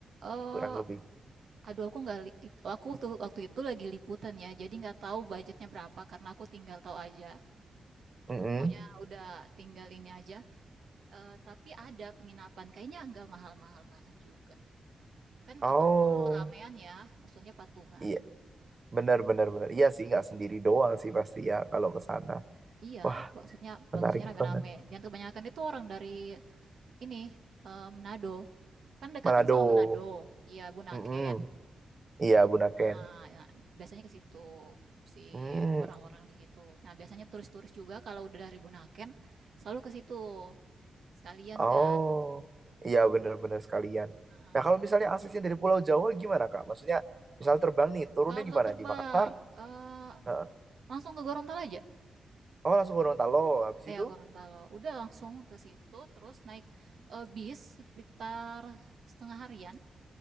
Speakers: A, on the right; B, on the right.
A: Eee,
B: Kurang lebih.
A: aduh aku nggak li it aku tuh waktu itu lagi liputan ya, jadi nggak tahu budgetnya berapa karena aku tinggal tahu aja.
B: Mm-mm.
A: Pokoknya udah tinggal ini aja, eee, tapi ada penginapan, kayaknya nggak mahal-mahal banget juga. Kan
B: Oh
A: apalagi kalau ramean ya, maksudnya patungan.
B: iya benar benar benar. Iya sih nggak sendiri doang sih pasti ya kalau ke sana.
A: Iya,
B: Wah
A: maksudnya
B: menarik
A: bagusnya rame-rame.
B: banget.
A: Dan kebanyakan itu orang dari ini eh, Manado. Kan dekatan
B: Manado.
A: sama Manado. Iya, Bunaken.
B: Mm-mm. Iya Bunaken.
A: Ah, nah, biasanya ke situ si
B: Hmm.
A: orang-orang di situ. Nah, biasanya turis-turis juga kalau udah dari Bunaken selalu ke situ sekalian
B: Oh,
A: kan.
B: iya benar-benar sekalian.
A: Ah,
B: Nah,
A: ah,
B: kalau
A: karena
B: misalnya
A: dekat.
B: aksesnya dari Pulau Jawa gimana, Kak? Maksudnya, misal terbang nih, turunnya
A: Kalau pesawat
B: di mana?
A: terbang,
B: Di Makassar?
A: eh,
B: Heeh.
A: langsung ke Gorontalo aja.
B: Oh, langsung ke Gorontalo. Habis
A: Iya,
B: itu,
A: Gorontalo. Udah langsung ke situ, terus naik eh, bis sekitar setengah harian.